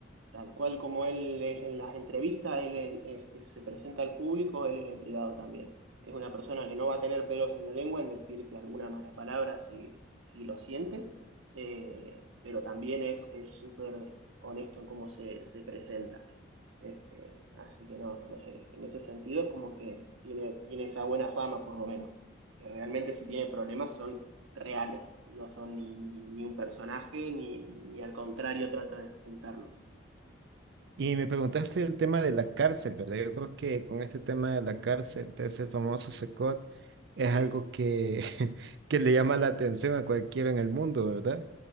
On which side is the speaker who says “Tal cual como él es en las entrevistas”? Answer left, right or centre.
Right